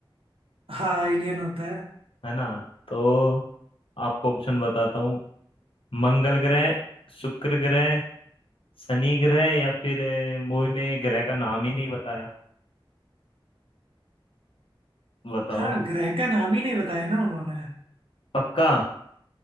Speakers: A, on the right; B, on the left.
A: हाँ एलियन होता है
B: है ना तो आपको ऑप्शन बताता हूँ मंगल ग्रह शुक्र ग्रह शनि ग्रह या फिर अ, मूवी में ग्रह का नाम ही नहीं बताया बताओ
A: हाँ ग्रह का नाम ही नहीं बताया ना उन्होंने
B: पक्का